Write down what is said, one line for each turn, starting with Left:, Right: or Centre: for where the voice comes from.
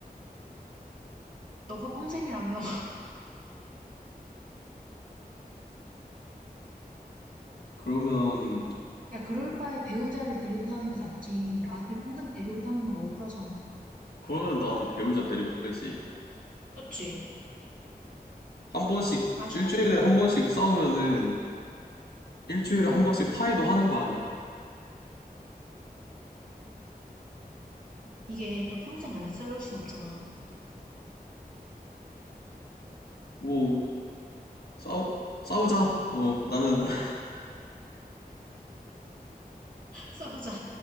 Right: 너가 평생이라며.
Left: 그러면,
Right: 야, 그럴 바에 배우자를 데리고 사는 게 낫지. 아들 평생 데리고 사는 건 억울하잖아.
Left: 그러면 나는 배우자 데리고 살지.
Right: 그렇지?
Left: 한 번씩,
Right: 아쉽지.
Left: 일주일에 한 번씩 싸우면은, 일주일에
Right: 응.
Left: 한 번씩 화해도 하는 거 아니야.
Right: 이게 또 평생 안 싸울 순 없잖아.
Left: 뭐, 싸우, 싸우자. 어, 나는, <laughs>
Right: <laughs> 싸우자.